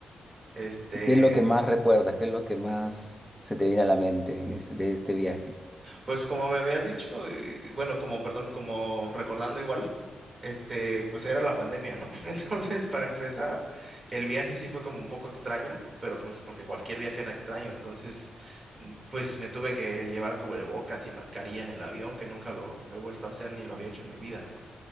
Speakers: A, on the right; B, in the centre.
A: Este,
B: ¿Y qué es lo que más recuerdas? ¿Qué es lo que más se te viene a la mente en este- de este viaje?
A: Pues como me habías dicho, eh, bueno, como, perdón, como recordando igual, este, pues era la pandemia, ¿no? <laughs> Entonces, para empezar, el viaje sí fue como un poco extraño, pero pues porque cualquier viaje era extraño, entonces, mm, pues me tuve que llevar cubrebocas y mascarilla en el avión, que nunca lo he vuelto a hacer ni lo había hecho en mi vida, ¿no?